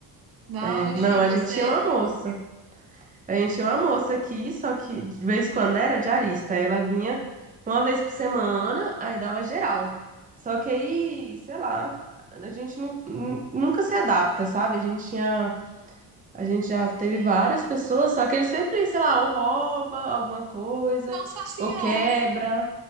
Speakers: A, on the right; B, on the right.
A: Não,
B: É,
A: oxi,
B: não, a
A: você.
B: gente tinha uma moça. A gente tinha uma moça aqui, só que de vez em quando era diarista. Aí Ela vinha uma vez por semana, aí dava geral. Só que aí, sei lá, a gente nu- nu- nunca se adapta, sabe? A gente tinha, a gente já teve
A: Sim.
B: várias pessoas, só que ele sempre, sei lá, ou rouba alguma coisa,
A: Nossa senhora!
B: ou quebra.